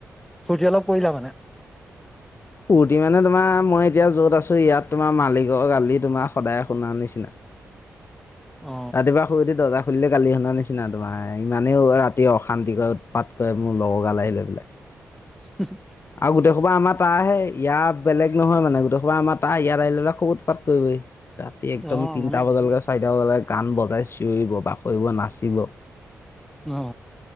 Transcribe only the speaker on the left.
ফূৰ্তি মানে তোমাৰ মই এতিয়া যত আছো ইয়াত তোমাৰ মালিকৰ গালি তোমাৰ সদায় শুনাৰ নিচিনা।
ৰাতিপুৱা শুই উঠি দৰ্জা খুলিলে গালি শুনা নিচিনা তোমাৰ ইমানেইও ৰাতি অশান্তিক উৎপাত কৰে মোৰ লগৰ গাল আহিলে বোলে-
আৰু গোটেই আমাৰ তাই ইয়াত বেলেগ নহয় মানে গোটেই সোপা আমাৰ তাই ইয়াত আহিলে খুব উৎপাত কৰিব হি। ৰাতি একদম
তিনটা
বজালৈকে চাৰিটা বজালৈকে গান বজাই চিঞৰিব -বাসৰিব নাচিব।